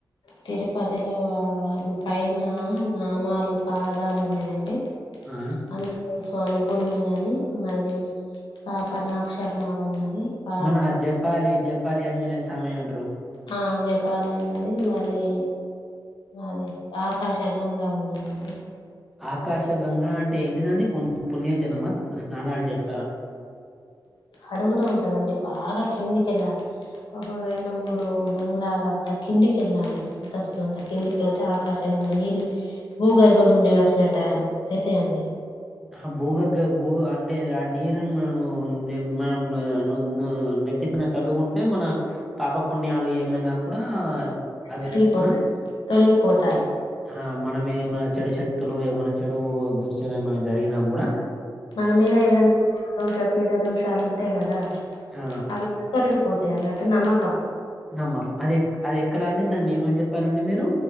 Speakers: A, on the left; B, in the centre.
A: తిరుపతి లో అ ఆరు అ పైనా నామ పాదాలు ఉన్నాయండి
B: ఆ
A: అ స్వామి గుడి ఉన్నది మళ్లీ పాప నాక్షమ్మ ఉన్నది పా
B: మన జపాలి జపాలి ఆంజనేయ సామి అంటరు
A: ఆ జపాలి ఉన్నది మళ్ళీ అది ఆకాశ గంగ ఉన్నదండి
B: ఆకాశగంగా అంటే ఎంటిదండి పు పుణ్యజనమ స్నానాలు జేస్తూ
A: అడుగున ఉంటదండి బాగా కిందికి ఏళ్ళాలి. అప్పుడు రెండు మూడు బంగ్ళాలంతా కిందికి ఏళ్ళాలి అంత అసలు అంత కిందికి పోతే ఆకాశంగా నీళ్లు భూగర్భం నుండి వచ్చినట్ట అయితయి అండి.
B: ఆ భూగగ్గ భూ అంటే ఆ నీరును మనం మనం నెత్తిపైన చల్లుకుంటే మన పాపపుణ్యాలు ఏమైనా కూడా అదే
A: తొలిగిపోతాయి తొలగిపోతాయి
B: ఆ
A: తొలగిపోతాయి
B: ఆ మనము ఏమన్న చెడు శక్తులు ఏమన్నా చెడు దుషను ఏమ జరిగినా గుడా
A: మన మీద ఏదన్నా దోష పీడ దోషాలు ఉంటాయి. గాదా
B: ఆ
A: అవి <unintelligible> పోతయి అన్నట్టు నమ్మకం
B: నమ్మకం. అది ఎ అది ఎక్కడా అండి దాన్ని ఏమని చెప్పారండి. మీరు